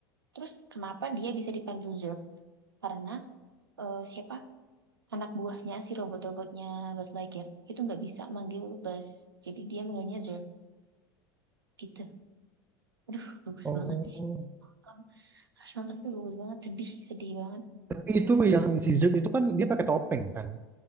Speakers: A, on the right; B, on the right.
A: Terus kenapa dia bisa dipanggil Zerg? Karena eh, siapa? Anak buahnya si robot-robotnya Baslagir itu nggak bisa manggil Bas. Jadi dia manggilnya Zerg gitu. Aduh, bagus
B: Oh,
A: banget deh. Nonton. Harus nonton itu bagus banget, sedih, sedih banget.
B: tapi itu yang si Zerg itu kan dia pakai topeng kan.